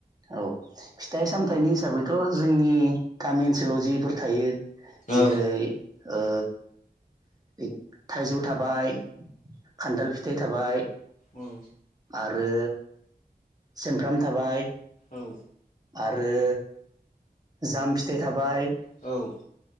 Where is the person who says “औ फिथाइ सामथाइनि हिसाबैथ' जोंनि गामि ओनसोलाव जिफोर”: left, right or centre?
Right